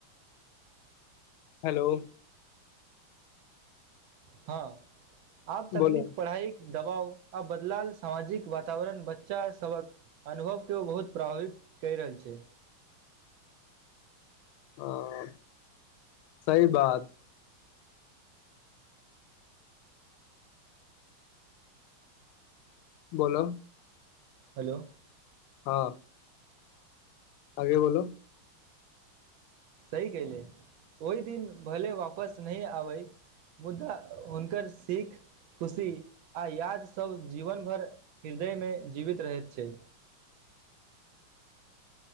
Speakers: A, on the left; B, on the right.
A: हेलो
B: हँ आब तकनीक
A: बोलो
B: पढ़ाइक दबाव आ बदलाल सामाजिक वातावरण बच्चा सभक अनुभव के ओ बहुत प्रभावित कइ रहल छै
A: हँ सही बात बोलो
B: हेलो
A: हँ आगे बोलो
B: सही कले ओहि दिन भले वापस नहि आबै मुदा हुनकर सिख खुशी आ यादसभ जीवन भर हृदयमे जीवित रहैत छै
A: <inaudible>